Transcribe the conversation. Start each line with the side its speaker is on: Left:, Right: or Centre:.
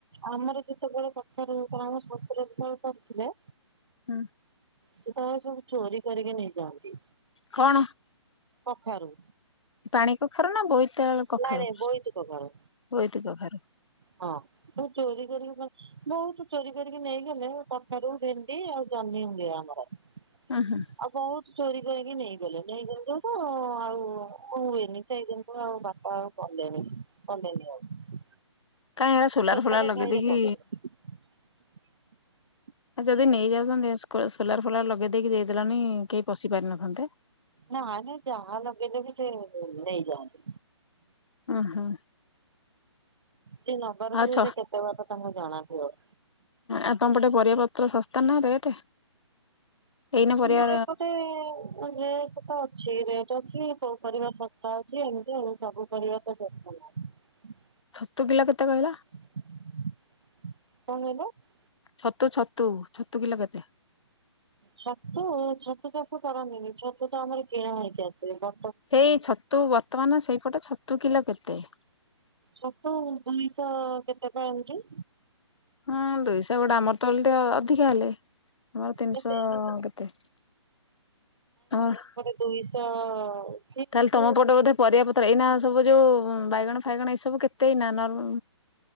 Right: ଆମର ଯେତେବେଳେ କଖାରୁ କରାହୁଏ ଶଶୁର ଯେତେବେଳେ କରୁଥିଲେ।
Left: ହୁଁ।
Right: ସେତେବେଳେ ସବୁ ଚୋରି କରିକି ନେଇ ଯାନ୍ତି।
Left: କଣ?
Right: କଖାରୁ।
Left: ପାଣି କଖାରୁ ନା ବୋଇତାଳୁ କଖାରୁ,
Right: ନାଇଁ ନାଇଁ ବୋଇତି କଖାରୁ।
Left: ବୋଇତି କଖାରୁ।
Right: ହଁ ସବୁ ଚୋରି କରିବି ଗଛ୍ ବହୁତ ଚୋରି କରିକି ନେଇଗଲେ କଖାରୁୁ, ଭେଣ୍ଡି ଆଉ ଜହ୍ନି ହୁଏ ଆମର। ଆଉ
Left: ଉଁ ହୁଁ
Right: ବହୁତ ଚୋରି କରିକି ନେଇଗଲେ, ନେଇଗଲେ ଯୋଉଠୁ ଆଉ କୁ ହୁଏନି, ସେଇଦିନଠୁ ଆଉ ବା ଆଉ କଲେନି, କଲେନି ଆଉ।
Left: କାଇଁ ଏରା ସୋଲାର
Right: ସେପଟ
Left: ଫୋଲାର ଲଗେଇଦକି
Right: ସାହିରେ କରୁଛନ୍ତି। <inaudible>
Left: ଆ ଯଦି ନେଇ ଯାଉଛନ୍ତି, ସ୍କୋ ସୋଲାର ଫୋଲାର ଲଗେଇ ଦେଇେଇକି ଦେଇଦେଲନି କେହି ପଶି ପାରିିନଥାନ୍ତେ।
Right: ନା ନାଇ ଯାହା ଲଗେଇଲେ ବି ସେ ନେଇଯାଆନ୍ତି।
Left: ଉହୁଁ।
Right: ଯିଏ ନବାର
Left: ଆଉ
Right: ଥିବ
Left: ଛ
Right: ସେ କେତେ ବାଟ ତାଙ୍କୁ ଜଣାଥିବ।
Left: ଆ ତମ ପଟେ ପରିବା ପତ୍ର ଶସ୍ତା ନା ରେଟ୍? ଏଇନା ପରିବା
Right: ଆମର ଏପଟେ ରେଟ୍ ତ ଅଛି, ରେଟ୍ ଅଛି କୋଉ ପରିବା ଶସ୍ତା ଅଛି, ଏମିତି ଆଉ ସବୁ ପରିବା ତ ଶସ୍ତା ନାହିଁ। ହଁ <inaudible>
Left: ଛତୁ କିଲ କେତେ କହିଲ?
Right: କଣ କହିଲ?
Left: ଛତୁ ଛତୁ, ଛତୁ କିଲ କେତେ?
Right: ଛତୁ, ଛତୁ ଚାଷ କରନ୍ତି ନି, ଛତୁ ତ ଆମର କିଣା ହେଇକି ଆସେ ବ
Left: ସେଇ ଛତୁ, ବର୍ତ୍ତମାନ ସେଇପଟ ଛତୁ କିଲ କେତେ?
Right: ସତ ଦୁଇଶହ କେତେ ଟଙ୍କା ଏମିତି।
Left: ହଁ ଦୁଇଶହ ଗୋଟେ ଆମର ତେ ଓଲଟି ଧିକା ହେଲେ, ଆମର ତିନିଶହ
Right: କେତେ
Left: କେତେ, ହଁ
Right: ଦୁଇ ସହ
Left: ତାହେଲେ ତମ ପଟେ ବୋଧେ ପରିବା ପତ୍ର ଏଇନା ସବୁ ଯୋଉ ବାଇଗଣ ଫାଇଗଣ ଏଇ ସବୁ କେତେ ଏଇନା ନର୍ମ,